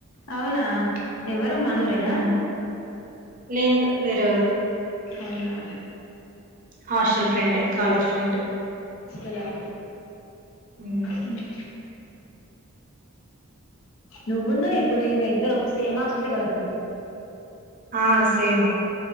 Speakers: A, on the left; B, on the right.
A: అవునా ఎవ్వరు మనూరేనా
B: ఉమ్ లేదు వేరేవరు
A: అవునా
B: హాస్టల్ ఫ్రెండే కాలేజ్ ఫ్రెండ్
A: ఎలా
B: ఉమ్
A: హ్మ్ నువ్వున్నూ ఇప్పుడు ఈమె ఇద్దరు ఒక సేమ్ హస్టలే కదా ఇప్పుడు
B: ఆ సేమ్